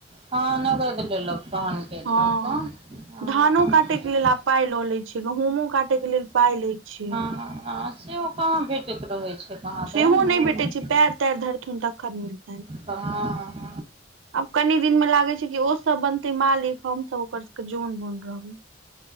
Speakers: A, on the right (about 30°); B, on the right (about 80°).
A: हँ नहिग देल लोक फन क
B: हँ
A: लोक ह
B: धानो काटयके लेल आब पाइ लऽ ले छिय गहुमो काटे के लेल पाय ले छियै
A: से कहाँ भेटैत रहैत छै कहाँ
B: सेहो
A: दुन
B: नहि भेटैत छै पैर तैर धड़ त हन त खन मिलै
A: ह
B: <inaudible> आब कनि दिन मे लागे छै कि ओसभ बनते मालिक हमसभ ओकर सबके जोन बुन रहबै